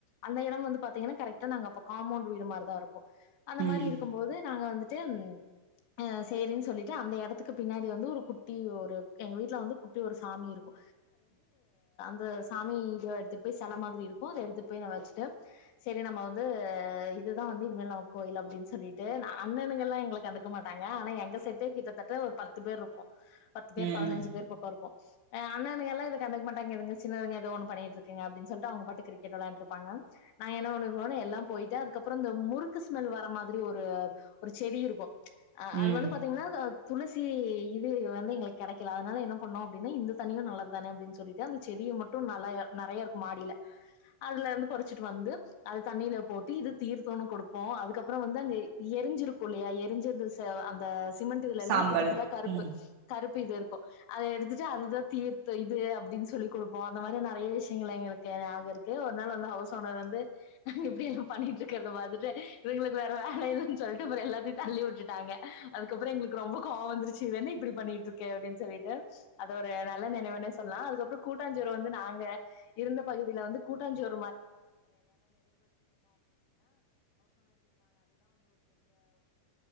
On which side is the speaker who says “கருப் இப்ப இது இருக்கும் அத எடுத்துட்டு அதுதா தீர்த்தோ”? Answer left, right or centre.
Left